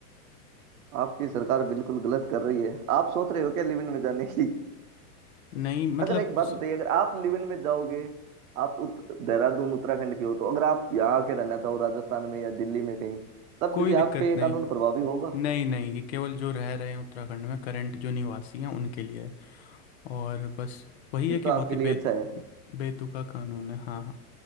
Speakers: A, on the right; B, on the left.
A: आपकी सरकार बिल्कुल गलत कर रही है आप सोच रहे हो क्या लिव इन में जाने की
B: नहीं मतलब
A: अगर एक बात
B: स-
A: बताइए अगर आप लिव इन में जाओगे आप उत, देहरादून उत्तराखंड के हो तो अगर आप यहाँ आके रहना चाहो राजस्थान में या दिल्ली में कहीं तब
B: कोई
A: भी
B: दिक्कत
A: आप पे ये
B: नहीं
A: कानून प्रभावी होगा
B: नहीं नहीं ये केवल जो रह रहे हैं उत्तराखंड में करंट जो निवासी हैं उनके लिए है और बस वही
A: फिर
B: है कि
A: तो आपके
B: बहुत ही
A: लिए
B: बे
A: अच्छा है
B: बेतुका कानून है हाँ हाँ